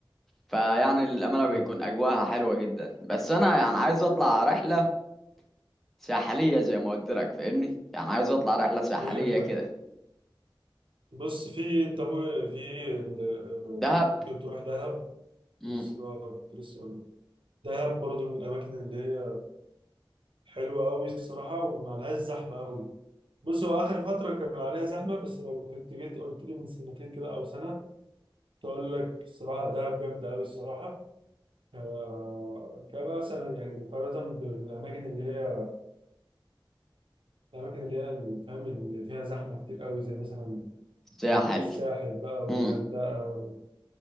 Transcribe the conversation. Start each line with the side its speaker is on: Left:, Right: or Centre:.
Centre: فيعني الامانه بيكون
Right: اه
Centre: اجواها حلوه جدا بس انا يعني عايز اطلع رحله ساحليه زي ما قلت لك فاهمني يعني عايز اطلع رحله ساحليه
Right: فهمتك
Centre: كده
Right: بص في انت مو- في ال-
Centre: دهب
Right: ممكن تروح دهب
Centre: امم
Right: بس اه كنت لسه بقول دهب برضو من الاماكن اللي هي حلوه قوي الصراحه وما عليهاش زحمه قوي بص هو اخر فتره كان عليها زحمه بس لو كنت جيت قلت لي من سنتين كده او سنه تقول لك الصراحه دهب جامده قوي الصراحه آه، كبقى مثلا يعني مقارنه بالاماكن اللي هي الاماكن اللي هي اللي فاهم اللي فيها زحمه كتير قوي زي مثلا
Centre: ساحل
Right: آه، الساحل بقى والغردقه
Centre: امم